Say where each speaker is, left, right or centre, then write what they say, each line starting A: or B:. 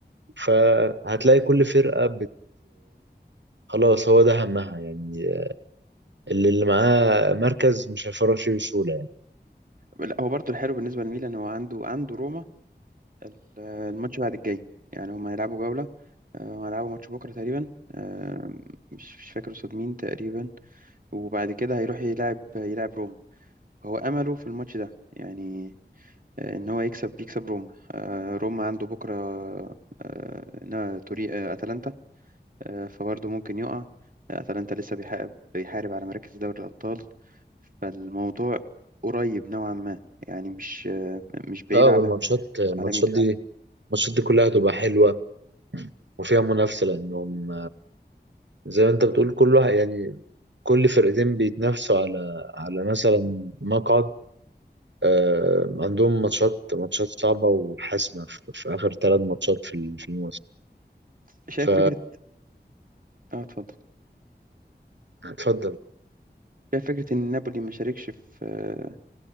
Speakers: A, on the right; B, on the right.
A: فهتلاقي كل فرقة بت خلاص هو ده همها يعني اللي اللي معاه مركز مش هيفرط فيه بسهولة يعني
B: لا هو برضو الحلو بالنسبة لميلان هو عنده عنده روما ال- الماتش بعد الجاي يعني هما هيلعبوا جولة آه، هيلعبوا ماتش بكرة تقريبا آه، مش مش فاكر قصاد مين تقريبا وبعد كده هيروح يلعب يلعب روما هو أمله في الماتش ده يعني آه، ان هو يكسب بيكسب روما آه، روما عنده بكره آه، نا- توري آه، اتلانتا آه، فبرضه ممكن يقع آه، اتلانتا لسه بيحارب بيحارب على مراكز دوري الابطال فالموضوع قريب نوعا ما يعني مش آه، مش بعيد
A: اه
B: على
A: والماتشات الماتشات
B: على ميلان
A: دي الماتشات دي كلها هتبقى حلوة وفيها منافسة لأنهم زي ما أنت بتقول كل واحد يعني كل فرقتين بيتنافسوا على على مثلا مقعد آه عندهم ماتشات ماتشات صعبة وحاسمة في, في آخر ثلاث ماتشات في ال- في الموسم
B: شايف
A: ف
B: فكره اه اتفضل
A: اتفضل
B: شايف فكره ان نابولي ما شاركش في آه،